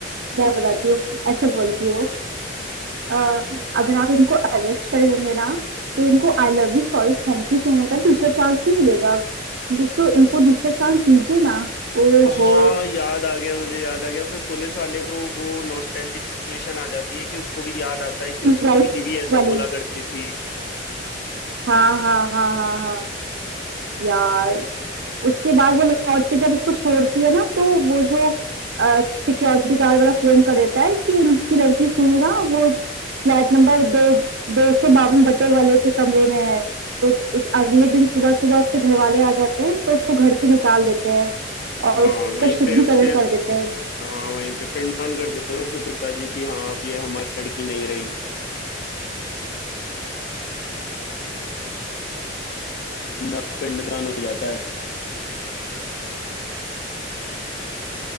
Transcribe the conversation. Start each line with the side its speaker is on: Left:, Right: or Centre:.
Right: मैं बताती हूँ ऐसे बोलती है वो अ, अगर आप इनको अरेस्ट कर लेंगे ना तो इनको I love you sorry thank you कहने का दूसरा चांस नहीं मिलेगा ये तो इनको दूसरा चांस दीजिए ना ओहो
Left: हाँ याद आ गया मुझे याद आ गया फिर पुलिस वाले को वो नॉस्टैल्जिक सिचुएशन आ जाती है कि उसको भी याद आता है कि उसकी
Right: हम्म, लाइफ
Left: बीवी ऐसा
Right: वाली
Left: बोला करती थी
Right: हाँ हाँ हाँ हाँ हाँ हाँ, यार उसके बाद वो लौट के जब उसको छोड़ती है ना तो वो जो सिक्योरिटी गार्ड वाला फोन कर देता है कि इनकी लड़की सुनू ना वो फ्लैट नंबर दो दो सौ बावन बटे वाले के कमरे में है तो उस अगले दिन सुबह सुबह उसके घर वाले आ जाते हैं तो उसको घर से निकाल देते हैं और
Left: हाँ
Right: उसका
Left: वहीं
Right: शुद्धिकरण
Left: पे उसके
Right: कर देते हैं
Left: हाँ वहीं पे पिंडदान कर देते हैं उसके पिताजी की हाँ अब ये हमारी लड़की नहीं रही पिंड- पिंडदान हो जाता है